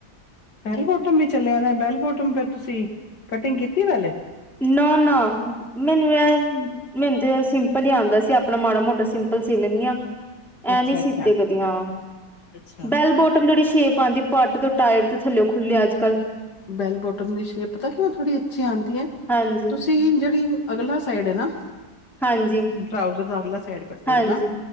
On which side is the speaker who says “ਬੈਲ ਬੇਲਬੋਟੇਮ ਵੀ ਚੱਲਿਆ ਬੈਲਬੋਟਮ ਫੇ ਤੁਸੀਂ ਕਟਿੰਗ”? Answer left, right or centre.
Left